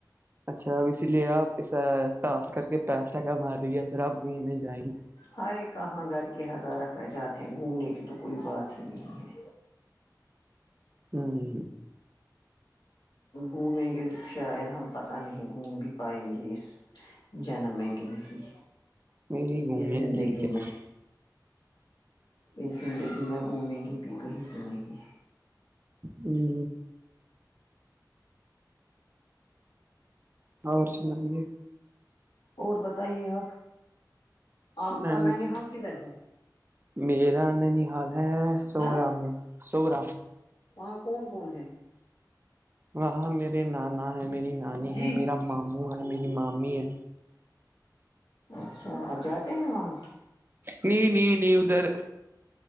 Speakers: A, on the right; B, on the left.
A: اچھا اب اسی لیے آپ اسا ٹاسک کر کے پیسہ کما رہیے پھر آپ گھومنے جائیں گے
B: ہرے کہاں گھر کے ہزار اخراجات ہیں گھومنے کی تو کوئی بات ہی نہیں ہے
A: ہوں
B: گھومیں گے شاید ہم پتہ نہیں گھوم بھی پائیں گے اس جنم ہے کہ نہیں
A: نہیں گھومیں
B: اس زندگی
A: گے کیا
B: میں یہ زندگی نہ گھومیں گے بھی کہیں بھی نہیں
A: ہی اور سنائیے
B: اور بتائیے آپ آپ
A: میں
B: کا نین حال کدھر ہے
A: میرا ننحال ہے سوورہ
B: ہاں
A: میں سوورا
B: وہاں کون کون ہے
A: ہاں میرے نانا ہے میری نانی
B: جی
A: ہے میرا ماموں ہے میری مامی ہے
B: اچھا آپ جاتے ہیں وہاں
A: نہیں نہیں نہیں ادھر